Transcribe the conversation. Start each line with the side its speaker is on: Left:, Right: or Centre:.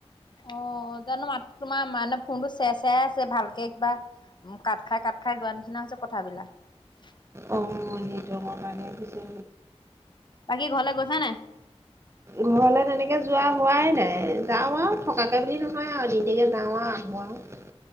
Left: অ 'জানো মাত তোমাৰ মানে ফোনটো চে চেয়াই আছে ভালকে কিবা কাট খাই কাট খাই গোৱা নিচিনা হৈছে কথাবিলাক
Right: অমনি দঙ মানে বুজি
Left: বাকী ঘৰলে গৈছা নে?
Right: ঘৰলে তেনেকে যোৱা হোৱাই নাই যাওঁ আৰু থকাকে বুলি নহয় আৰু দ কে যাওঁ আৰু আহো আৰু।